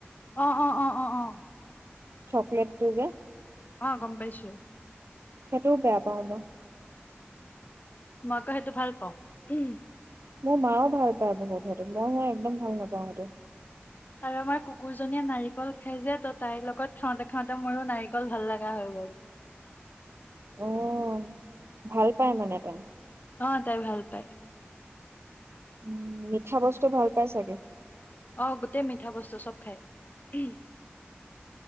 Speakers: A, on the left; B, on the right.
A: অঁ, অঁ, অঁ, অঁ, অঁ।
B: চকলেটটো যে।
A: অ' গম পাইছোঁ।
B: সেইটোও বেয়া পাওঁ মই।
A: মই আক সেইটো ভাল পাওঁ। উমহ
B: মোৰ মাও ভাল পায় বহুত সেইটো, মই হে একদম ভাল নেপাওঁ সেইটো।
A: আৰু আমাৰ কুকুৰজনীয়ে নাৰিকল খাই যে, ত' তাইৰ লগত খাওঁতে খাওঁতে মোৰো নাৰিকল ভাল লাগা হৈ গ'ল।
B: অ' ভাল পাই মানে তাই।
A: অ' তাই ভাল পায়।
B: উম, মিঠা বস্তু ভাল পাই চাগে।
A: অ' গোটেই মিঠা বস্তু চব খায়। উমহ